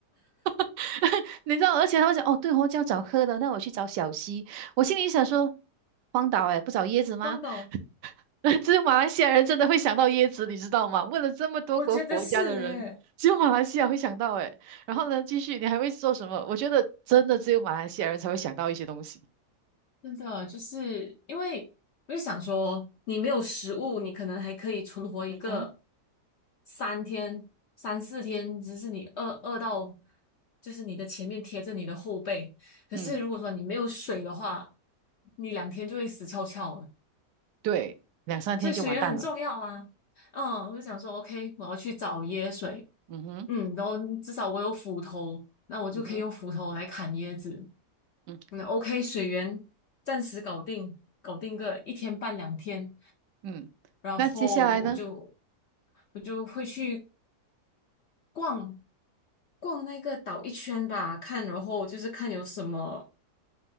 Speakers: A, on the right; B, on the left.
A: <laughs> 你知道，而且他们讲，哦，对哦，就要找喝的，那我去找小溪。我心里想说，荒岛哎，不找椰子吗？
B: 汪岛，
A: <laughs> 只有马来西亚人真的会想到椰子，你知道吗？问了这么多国国家的人，
B: 我觉得是诶，
A: 只有马来西亚会想到诶。然后呢，继续，你还会做什么？我觉得真的只有马来西亚人才会想到一些东西。
B: 真的就是因为我就想说，你没有食物，你可能还可以存活一个
A: 嗯哼，
B: 三天、三四天，只是你饿饿到就是你的前面贴着你的后背，可是如果说你没有水的话，
A: 嗯，
B: 你两天就会死翘翘了。
A: 对，两三天就完蛋了。
B: 所以水源很重要啊。嗯，我就想说，OK，我要去找椰水，
A: 嗯哼，
B: 嗯，然后至少我有斧头，那我就可以用斧头来砍椰子。
A: 嗯哼，嗯
B: 那 o k 水源暂时搞定，搞定个一天半两天，
A: 嗯。
B: 然后我就
A: 那接下来呢？
B: 我就会去逛逛那个岛一圈吧，看，然后就是看有什么